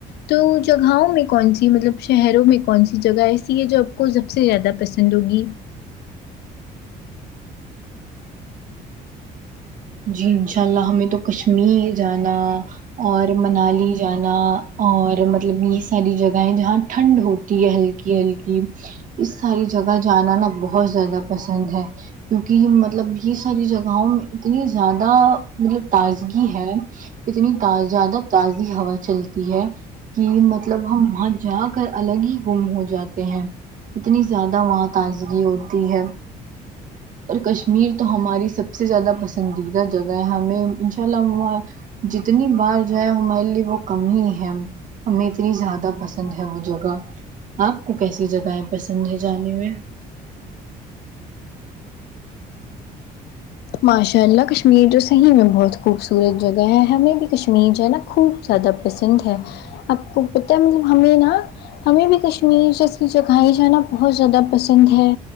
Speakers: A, on the left; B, on the right.
A: تو جگہوں میں کون سی مطلب شہروں میں کون سی جگہ ایسی ہے جو آپ کو سب سے زیادہ پسند ہوگی
B: جی انشاء اللہ ہمیں تو کشمیر جانا اور منالی جانا اور مطلب یہ ساری جگہیں جہاں ٹھنڈ ہوتی ہے ہلکی ہلکی اس ساری جگہ جانا نا بہت زیادہ پسند ہے کیونکہ مطلب یہ ساری جگہوں میں اتنی زیادہ مطلب تازگی ہے اتنی تازہ زیادہ تازی ہوا چلتی ہے کی مطلب ہم وہاں جا کر الگ ہی گم ہو جاتے ہیں اتنی زیادہ وہاں تازگی ہوتی ہے اور کشمیر تو ہماری سب سے زیادہ پسن دیدہ جگہ ہے ہمیں ان شاء اللہ ہم وہاں جتنی بار جائے ہمارے لیے وہ کم ہی ہے ہمیں اتنی زیادہ پسند ہے وہ جگہ آپ کو کیسی جگہیں پسند ہے جانے میں
A: ماشاء اللہ کشمیر جو صحیح میں بہت خوبصورت جگہ ہے ہمیں بھی کشمیر جو ہے نا خوب زیادہ پسند ہے آپ کو پتا ہے مطلب ہمیں نا ہمیں بھی کشمیر جیسی جگہیں جانا بہت زیادہ پسند ہے